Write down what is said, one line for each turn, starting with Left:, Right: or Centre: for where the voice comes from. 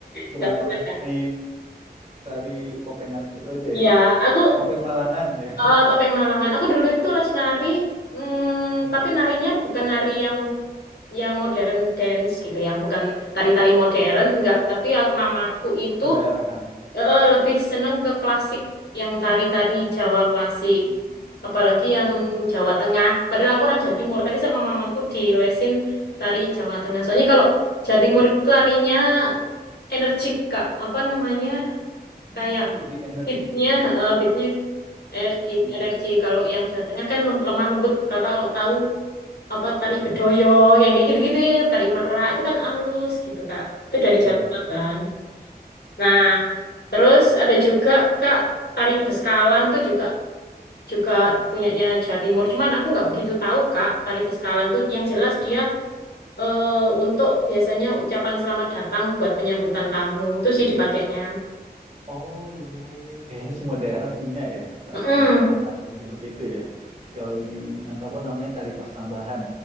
Right: cuman
Left: Nggak pernah,
Right: tari
Left: Kak.
Right: tari topengan itu aja
Left: Ya,
Right: ya
Left: aku
Right: topeng Malangan ya
Left: eh, topeng Malangan. Aku dulu itu les nari, hmm,
Right: <laughs>
Left: tapi narinya bukan nari yang yang modern dance gitu, yang bukan tari-tari modern, enggak. Tapi aku- mamaku itu
Right: kedaerahan
Left: eh, lebih seneng ke klasik, yang tari-tari Jawa klasik.
Right: Mm-mm.
Left: Apalagi
Right: iya
Left: yang Jawa Tengah. Padahal aku orang Jawa Timur, tapi sama mamaku dilesin tari Jawa Tengah. Soalnya kalau Jawa Timur itu tarinya energik, Kak. Apa namanya?
Right: Oh,
Left: Kayak
Right: lebih energik
Left: Pitnya,
Right: ya, lebih
Left: eh pitnya energi,
Right: ketukannya
Left: energi.
Right: lebih
Left: Kalau
Right: kuat
Left: yang
Right: ya.
Left: Jawa Tengah kan lem- lemah lembut. Kakak kalau tahu apa tari bedoyo,
Right: Mm-mm.
Left: yang kayak gitu-gitu, ya, tari merak itu kan halus gitu kak. Itu dari
Right: Iya.
Left: Jawa Tengah kan. Nah, terus ada juga kak tari beskalan tuh juga juga punyanya Jawa Timur. Cuman aku nggak begitu tahu kak tari beskalan tuh yang jelas dia eh untuk biasanya ucapan selamat datang buat penyambutan tamu itu sih dipakainya.
Right: Oh iya iya, kayaknya semua daerah punya ya eh,
Left: Mm-mm.
Right: gaya tarian seperti itu ya. Kalau di Minangkabau namanya tari persambahan,